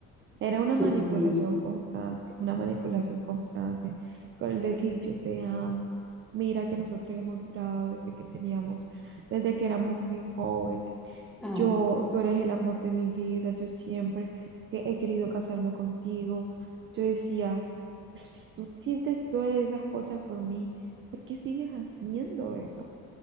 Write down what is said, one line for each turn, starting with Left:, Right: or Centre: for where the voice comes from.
Right: Era una
Centre: Sí,
Right: manipulación
Centre: sí.
Right: constante, una manipulación constante, con el decir yo te amo, mira que nosotros hemos durado desde que teníamos, desde que éramos muy jóvenes,
Centre: Ah,
Right: yo, tú eres el amor de mi vida, yo siempre que he querido casarme contigo, yo decía, pero si tú sientes todas esas cosas por mí, ¿por qué sigues haciendo eso?